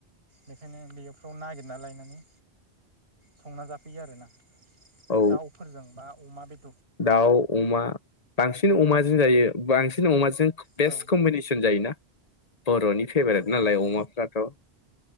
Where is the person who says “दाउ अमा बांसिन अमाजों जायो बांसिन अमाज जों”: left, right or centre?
Left